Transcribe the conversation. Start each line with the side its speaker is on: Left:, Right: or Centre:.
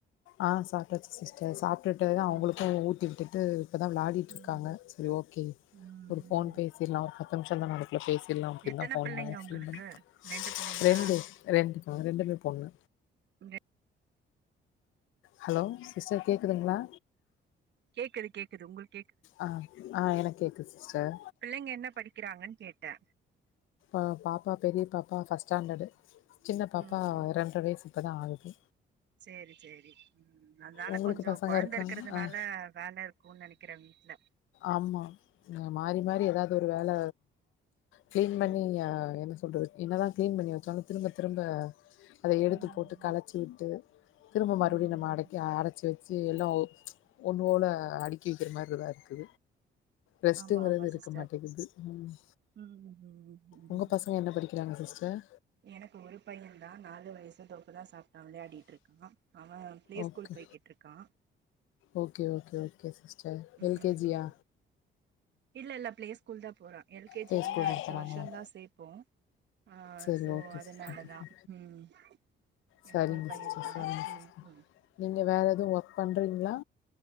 Left: ஆ சாப்ட்டாச்சு சிஸ்டர் சாப்டுட்டு அவுங்களுக்கு
Right: ம்
Left: ஊட்டி விட்டுட்டு இப்ப தா வ்ளாடிட்ருக்காங்க
Right: ம்
Left: சரி ஓக்கே
Right: ம்
Left: ஒரு ஃபோன்
Right: ம்
Left: பேசிர்லா பத்து நிமிஷ தா நம பேசிர்லா அப்டின்
Right: எத்தன
Left: தா ஃபோன்
Right: பிள்ளைங்க
Left: பண்ணே <unintelligible>
Right: உங்களுக்கு ரெண்டு பிள்ளைங்களா
Left: ரெண்டு ரெண்டு மா ரெண்டுமே பொன்னு
Right: இங்க
Left: ஹலோ சிஸ்டர் கேக்குதுங்களா
Right: கேக்குது கேக்குது உங்களுக்
Left: ஆ ஆ எனக்கு கேக்குது சிஸ்டர்
Right: பிள்ளைங்க என்ன படிக்கிறாங்கன்னு கேட்டே
Left: அ பாப்பா பெரிய பாப்பா ஃபஸ்ட் ஸ்டாண்டர்டு சின்ன பாப்பா
Right: ம் ம்
Left: ரெண்ட்ர வயசு இப்பதா ஆகுது
Right: சேரி சேரி ம் அதால
Left: உங்களுக்கு
Right: கொஞ்சொ
Left: பசங்க
Right: கொழந்த
Left: இருக்காங்க
Right: இருக்குறதுனால
Left: ஆ
Right: வேல இரு க்குன்னு நெனைக்குறே வீட்ல
Left: ஆமா மாறி மாறி எதாது ஒரு வேல க்ளீன் பண்ணி
Right: ம்
Left: ஆ
Right: ம்
Left: என்ன சொல்றது என்னதா க்ளீன் பண்ணி வச்சாலு திரும்ப திரும்ப அத எடுத்து
Right: ம் ம்
Left: போட்டு கலச்சி விட்டு திரும்ப மறுபடி
Right: ம்
Left: நம்ம அடக்கி அடு வச்சு வச்சு எல்லா ஒ ஒன்னு போல அடுக்கி வைக்கிற மாரிதா இருக்கு ரெஸ்ட்டுங்குறது
Right: ஆமா ஆமா
Left: இருக்க
Right: சிஸ்டர்
Left: மாட்டேங்குது ம்
Right: ம் ம் ம்
Left: உங்க
Right: ம்
Left: பச ங்க என்ன படிக்கிறாங்க சிஸ்டர்
Right: எனக்கு ஒரு பையன்தா நாலு வயசு தோ இப்பதா சாப்ட்டா விளையாடிட்டு இருக்கா அவ ப்ளே
Left: ஓகே
Right: ஸ்கூல் பெய்க்கிட்ருக்கா
Left: okay okay okay sister
Right: ம்
Left: L கே ஜி
Right: ம்
Left: யா
Right: இல்ல இல்ல ப்ளே ஸ்கூல்தா போறா எல் கே
Left: ப்ளே
Right: ஜி வந்து
Left: ஸ்கூல்
Right: அடுத்த
Left: போறாங்களா
Right: வருஷந்தா சேப்போ ஆ
Left: சரி
Right: சோ
Left: ஓகே
Right: அதனாலதா
Left: சிஸ்டர்
Right: ம்
Left: சரிங்க
Right: எனக்கொரு பையன்தா
Left: சிஸ்டர் சரிங்க
Right: ம்
Left: சிஸ்டர்
Right: ம்
Left: நீங்க வேற எது ஒர்க் பண்றீங்களா